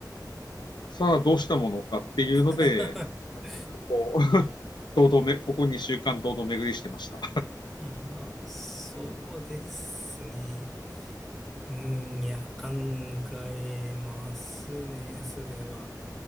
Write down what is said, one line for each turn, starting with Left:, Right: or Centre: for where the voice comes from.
Left: さあ、どうしたものかっていうので、
Centre: <laughs>
Left: ここ堂々め、ここ2週間堂々巡りしてました。
Centre: ああ、そうですね。うん、いや、考えますね、それは。